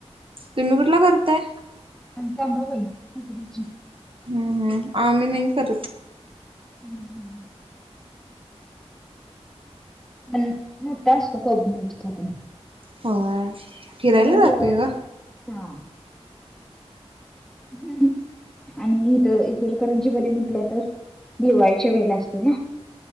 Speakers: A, on the right (about 55°); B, in the centre.
A: तुम्ही कुठला करताय.
B: आमचं अंबाबाई हुपरीची.
A: ह आम्ही नाही करत.
B: हम् हम्. <unintelligible> हा मोठा असतो कबनूर चा पण.
A: व्हय फिरायला
B: आणि दिवाळी
A: जातोय ग.
B: हा. <unintelligible> आणि इथं इचलकरंजी मध्ये म्हटलं तर दिवाळीच्या वेळेला असतो ना